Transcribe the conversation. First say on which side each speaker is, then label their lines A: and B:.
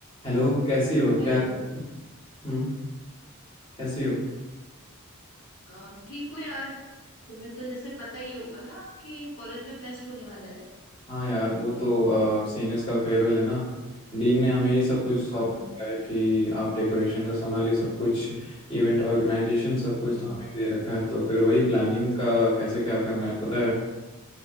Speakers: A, on the left (about 25°); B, on the left (about 65°).
A: हेलो कैसी हो
B: Hello
A: क्या हम्म कैसी हो
B: Um, ठीक हो यार तुम्हें तो जैसे पता ही होगा ना कि कॉलेज में फेस्ट होने वाला है
A: हाँ यार वो तो सीनियर्स का फेयरवेल है ना डीन ने हमें ये सब कुछ सौंप
B: हाँ हाँ
A: रखा है कि आप डेकोरेशन का संभालिए सब कुछ इवेंट ऑर्गेनाइजेशन सब कुछ
B: हम्म।
A: तो हमें दे रखा है तो फिर वही प्लानिंग का कैसे क्या करना है पता है